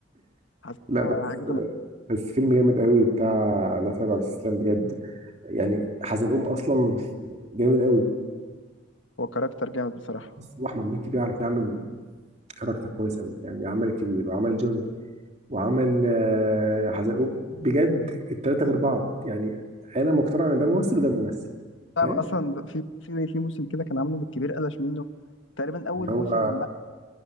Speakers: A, on the left; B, on the right.
A: حتى
B: لا
A: هجد
B: بس
A: م-
B: بس فيلم جامد قوي بتاع لا تراجع ولا استسلام بجد يعني حزلقوم اصلا جامد قوي
A: هو كاركتر جامد بصراحة
B: بس واحمد مكي بيعرف يعمل كاركتر كويس قوي يعني عمل الكبير وعمل جون وعمل آه، حزلقوم بجد التلاتة غير بعض يعني انا مقتنع ان ده ممثل وده ممثل
A: طب
B: فاهم
A: أصلا في في في موسم كده كان عامله من الكبير قلش منه تقريبا أول
B: اللي هو
A: موسم من بعد